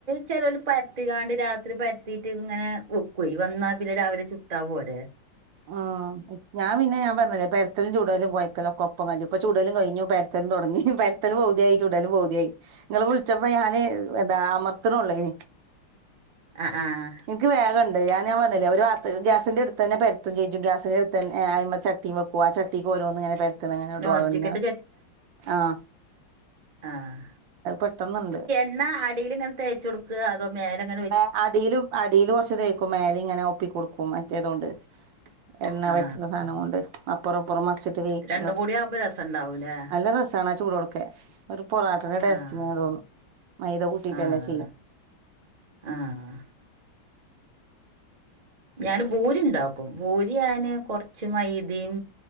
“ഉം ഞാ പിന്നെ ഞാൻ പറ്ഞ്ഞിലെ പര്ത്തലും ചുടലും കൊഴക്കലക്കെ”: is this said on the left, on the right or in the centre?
Right